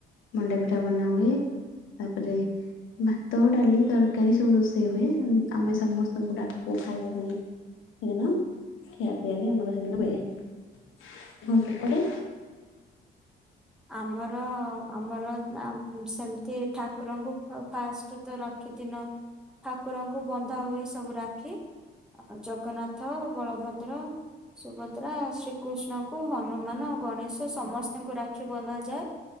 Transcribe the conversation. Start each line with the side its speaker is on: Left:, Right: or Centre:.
Left: ମଣ୍ଡା ପିଠା ବନା ହୁଏ ତାପରେ ଭାତ ଡାଲି ତରକାରୀ ସବୁ ରୋଷେଇ ସେ ହୁଏ ଆମେ ସମସ୍ତଙ୍କୁ ଡାକୁ ଖାଇବା ପାଇଁ। ସେଦିନ ଖିଆପିଆ ବି ଆମର ସେଦିନ ମିଳେ। ଆଉ ସେପଟେ?
Centre: ଆମର ଆମର ସେମିତି ଠାକୁରଙ୍କୁ ଫାଷ୍ଟ ତ ର ରାକ୍ଷୀ ଦିନ ଠାକୁରଙ୍କୁ ବନ୍ଧା ହୁଏ ସବୁ ରାକ୍ଷୀ। ଆଉ ଜଗନ୍ନାଥ, ବଳଭଦ୍ର ସୁଭଦ୍ରା, ଶ୍ରୀକୃଷ୍ଣଙ୍କୁ, ହନୁମାନ, ଗଣେଶ ସମସ୍ତଙ୍କୁ ରା ରାକ୍ଷୀ ବନ୍ଧାଯାଏ।